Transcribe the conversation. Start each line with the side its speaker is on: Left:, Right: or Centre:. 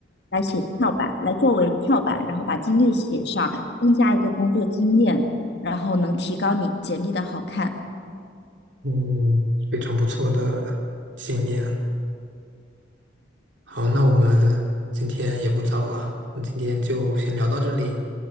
Left: 来写跳板，来作为跳板，然后把经历写上，增加一个工作经验，然后能提高你简历的好看。
Right: 嗯，非常不错的经验。好，那我们今天也不早了，那今天就先聊到这里。